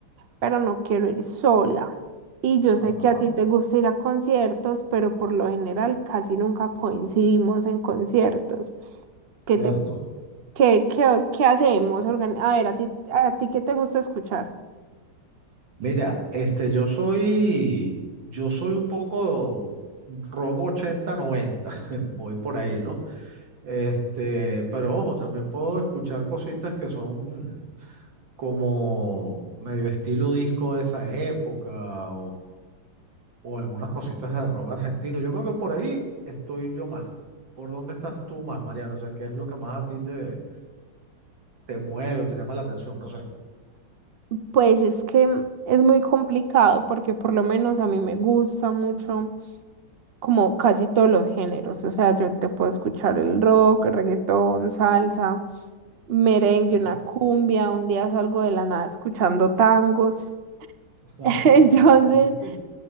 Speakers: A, on the right; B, on the right.
A: pero no quiero ir sola. Y yo
B: Ajá,
A: sé que a ti te gusta ir a conciertos, pero por lo general casi nunca coincidimos en conciertos. ¿Qué
B: cierto.
A: te, qué, qué, qué hacemos? Organi- A ver, a ti, a ti, ¿qué te gusta escuchar?
B: Mira, este, yo soy, yo soy un poco rock ochenta noventa, <laughs> voy por ahí, ¿no? Este, pero ojo, también puedo escuchar cositas que son como medio estilo disco de esa época o algunas cositas de rock argentino. Yo creo que por ahí estoy yo más. ¿Por dónde estás tú más, Mariano? O sea, ¿qué es lo que más a ti te, te mueve o te llama la atención? No sé.
A: Pues es que es muy complicado porque por lo menos a mí me gusta mucho como casi todos los géneros. O sea, yo te puedo escuchar el rock, reggaetón, salsa, merengue,
B: Ok,
A: una cumbia. Un día salgo de la nada escuchando tangos.
B: <laughs> Ah,
A: <laughs>
B: ok,
A: Entonces,
B: estoy-